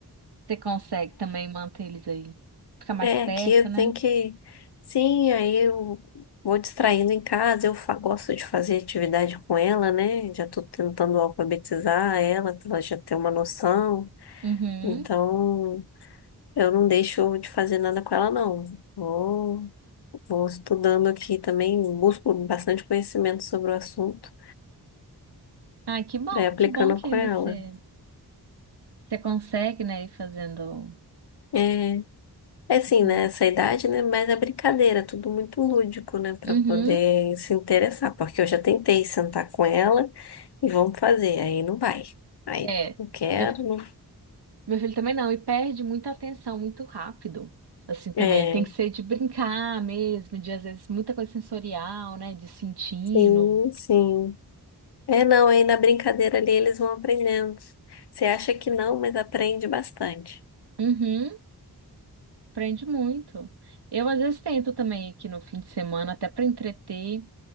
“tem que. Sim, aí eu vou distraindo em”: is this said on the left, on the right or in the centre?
Left